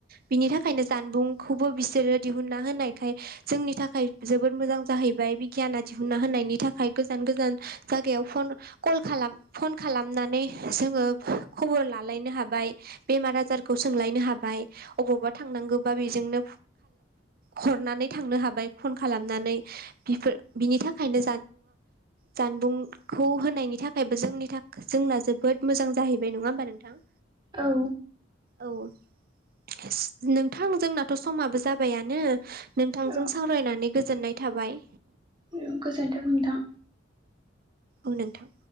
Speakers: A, on the right; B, on the right.
A: बिनि थाखाय बेंखायनो जानबुंखौबो बिसोरो दिहुनना होनायखाय जोंनि थाखाय जोबोद मोजां जाहैबाय बिगियान ना दिहुना होनायनि थाखाय गोजान गोजान जायगायाव फन कल खालाम फन खालामनानै जोङो खबर लालायनो हाबाय। बेमार आजारखौ सोंलायनो हाबाय अबावबा थांनांगौबा बेजोंनो हरनानै थांनो हाबाय फन खालामनानै बिफोर बिनि थाखायनो ज <unintelligible> सुबुंखौ होनायनि थाखायबो जोंनि थाखाय जोंना जोबोद मोजां जाहैबाय नङा होमबा नोंथां।
B: औ।
A: औ। नोंथां जोंनाथ' समाबो जाबायानो नोंथांजों
B: औ
A: सावरायनानै गोजोननाय थाबाय
B: औ गोजोन्थों नोंथां।
A: औ नोंथां